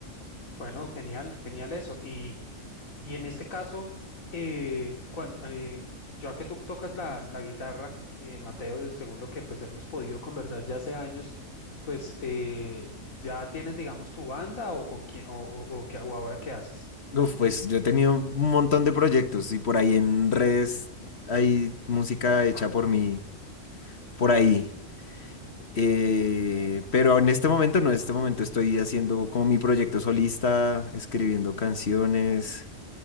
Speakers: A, on the left; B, on the left.
A: Bueno, genial, genial eso. Y, y en este caso, eh, cuan- eh, ya que tú tocas la, la guitarra, eh, Mateo, de- según lo que pues hemos podido conversar ya hace años, pues eh, ya tienes, digamos, tu banda o con quién o, o, o qué- o ahora qué haces.
B: Uf, pues yo he tenido un montón de proyectos y por ahí en redes hay música hecha por mí, por ahí. Eh, pero en este momento no, en este momento estoy haciendo como mi proyecto solista, escribiendo canciones,